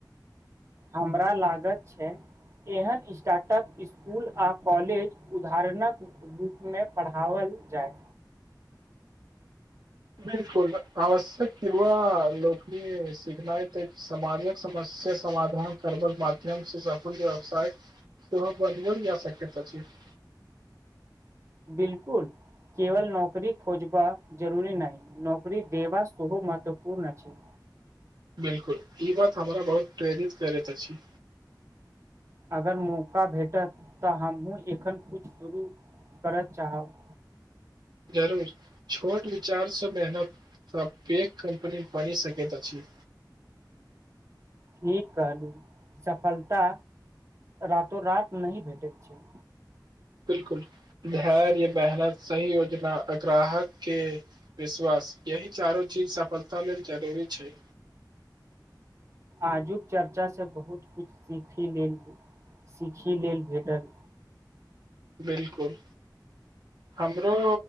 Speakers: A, on the right; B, on the right.
A: हमरा लागत छै। एहन स्टार्टअप स्कूल आ कॉलेज उदाहरणक रूप मे, पढ़ओल जाय।
B: 'बिलकुल' आवश्यक कीवा लोकनीक शिखनाय त सामाजिक समस्या समाधान करबल माध्यम से सफल व्यवसाय। तह यशकता छै। <unintelligible>
A: 'बिलकुल'। केवल नौकरी खोजबा जरूरी नहि, नौकरी देबा सेहो महत्वपूर्ण अछि।
B: 'बिल्कुल' ई बात हमरा बहुत प्रेरित करैत अछि।
A: अगर मौका भेटत तऽ, हमहु एखन किछु शुरू करय चाहब।
B: जरूर! छोट विचारसँ मेहनत कम्पनी बनि सकैत अछि।
A: ठीक कहलू सफलता रातो -रात नहि भेटैत छै।
B: 'बिलकुल' धैर्य य मेहनत सही योजना ग्राहक के। विश्वास, यही चारो चीज सफलता लेल जरूरी छै।
A: आजुक चर्चा से बहुत कुछ सीखि लेल सीखी लेल भेटल।
B: बिलकुल, हमरो